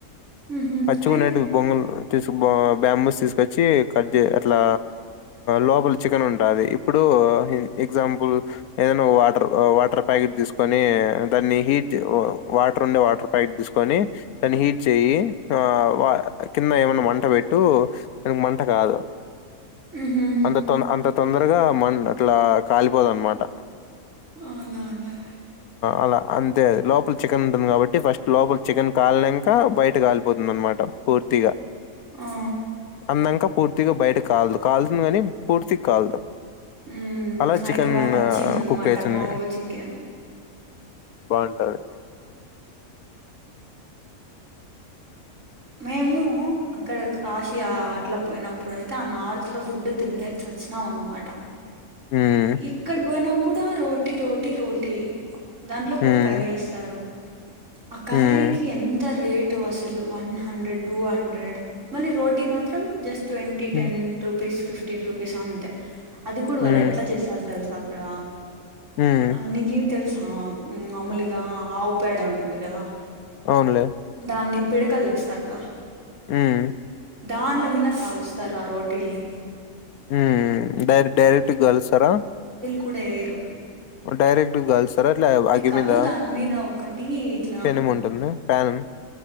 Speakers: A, on the right; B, on the left.
A: ఉహు
B: పచ్చి కొన్నా
A: అయిత్
B: బొంగుల్ తీసుకు బాంబూస్ తీసుకొచ్చి కట్ చే అట్లా లోపల చికెన్ ఉంటుంది ఇప్పుడు ఎగ్జాంపుల్ ఏదైనా వాటర్ వాటర్ ప్యాకెట్ తీసుకొని ని హిటివో వాటర్ ఉండే వాటర్ పైట్ తీసుకొని దాని హీట్ చెయి ఆ కింద ఏమన్నా మంట పెట్టు దానికి మంట కాదు
A: ఉహు
B: అంత తో అంత తొందరగా మం అట్లా కాలిపోదు అన్నమాట
A: అవునా అండి
B: అలా అంతే అది లోపల చికెన్ ఉంటుంది కాబట్టి ఫస్ట్ లోపల చికెన్ కాలినంక బయట కాలిపోతుంది అనమాట పూర్తిగా
A: ఆ
B: అందంకా పు పూర్తిగా బయట కాలదు కాల్తుంది గనీ పూర్తిగా కాలదు
A: ఉ
B: అలా చికెన్
A: అయితే బాగా నచ్చిందనమాట
B: కుక్ అయితుంది
A: బొంగు చికెన్
B: సరే
A: మేము అక్కడ కాశీ అట్లా పోయినప్పుడయితే ఆ నార్త్ లో ఫుడ్ తినలేకచ్చినాం అనమాట
B: హ్మ్
A: ఎక్కడ పోయినా కూడా రోటీ రోటీ రోటీ దాంట్లో ఒక
B: హ్మ్
A: కర్రీ ఇస్తారు ఆ కర్రీకి
B: హ్మ్
A: ఎంత రేటు అసలు వన్ హండ్రెడ్ టూ హండ్రెడ్ మళ్ళీ రోటీ మాత్రం జస్ ట్వంటి టెన్
B: హ్మ్
A: రుపీస్ ఫిఫ్టీన్ రూపీస్ అంతే అది కూడా
B: హ్మ్
A: వాళ్ళు ఎట్లా చేస్తారు తెలుసా అక్కడ
B: హ్మ్
A: ఆ నికివి తెలుసు హా మామూలుగా ఆవుపేడ ఉంటుంది కదా
B: అవునులే
A: దాన్ని పిడకల్ చేస్తారు గా
B: ఉహ్
A: దాంట్ల మీద కాలుస్తారు ఆ రోటీల్ని
B: ఉహ్ డైర్ డైరెక్ట్ గాలుస్తారా
A: కుడే ఏం ఏయ్యారు
B: డైరెక్ట్ గల్స్తారా అట్లా అగ్గి
A: కాదు
B: మీద
A: దాని మీద ఒకటి ఇట్లా
B: పెనం ఉంటుంద ప్యాన్